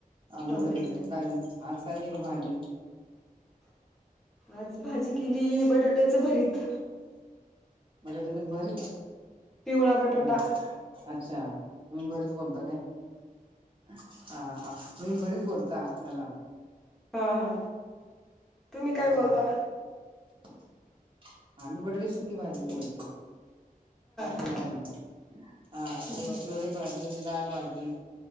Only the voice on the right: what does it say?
आगोदरचं
काय म आज काय केली भाजी?
बटाट्याचं भरीत
म
अच्छा. तुम्ही भरीत बोलता काय हा हा ह. तुम्ही भरीत बोलता त्याला.
अच्छा
आम्ही बटाटायची सुकी भाजीचं बोलतो. बाकी
काय नाही हा
पिव
पिवळी भाजी लाल भाजी